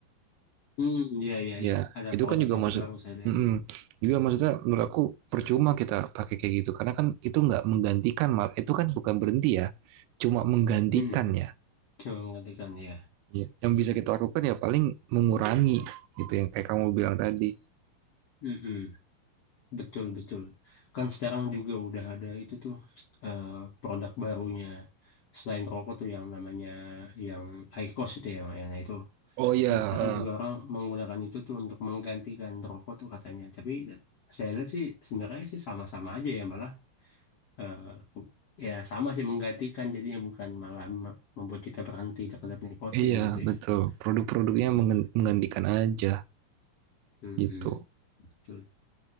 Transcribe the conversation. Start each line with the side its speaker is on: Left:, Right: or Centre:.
Left: Hmm, iya iya
Right: Ya
Left: iya. Ada
Right: itu
Left: produknya
Right: kan juga maksud
Left: itu baru saya lihat.
Right: Mm-mm. Juga maksudnya menurut aku percuma kita pakai kayak gitu karena kan itu nggak menggantikan mal itu kan bukan berhenti ya cuma menggantikan
Left: Hmm,
Right: ya
Left: cuma mengatakan ya.
Right: Iya. yang bisa kita lakukan ya paling mengurangi gitu yang kayak kamu bilang tadi
Left: Mm-mm. Betul betul. Kan sekarang juga udah ada itu tuh eh, produk barunya selain rokok tuh yang namanya yang IQOS itu ya, yang itu
Right: oh ya
Left: Kan sekarang juga orang menggunakan itu tuh untuk menggantikan rokok tuh katanya. Tapi saya lihat sih sebenarnya sih sama-sama aja ya malah eh, ya sama sih menggantikan jadinya bukan malah me- membuat kita berhenti terhadap nikotin
Right: Iya,
Left: gitu
Right: betul.
Left: ya.
Right: Produk-produknya
Left: Itu sih
Right: menggan-
Left: Bang.
Right: menggantikan aja
Left: Mm-mm.
Right: gitu.
Left: Betul.